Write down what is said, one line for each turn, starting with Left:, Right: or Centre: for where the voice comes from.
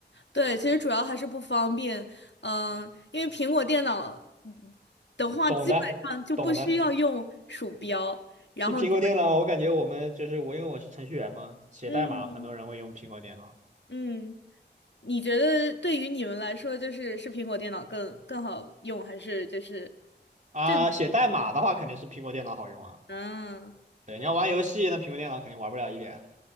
Left: 对，其实主要还是不方便，嗯、因为苹果电脑嗯的话，
Right: 懂的，
Left: 基本上就不需要用鼠标，
Right: 懂的。
Left: 然后基本，
Right: 其实苹果电脑，我感觉我们就是我，因为我是程序员嘛，写代码很多人会用苹果电脑
Left: 嗯嗯，你觉得对于你们来说，就是是苹果电脑更更好用，还是就是
Right: 啊。
Left: 这？
Right: 写代码的话，肯定是苹果电脑好用啊。
Left: 嗯，
Right: 对，你要玩游戏，那苹果电脑肯定玩不了一点。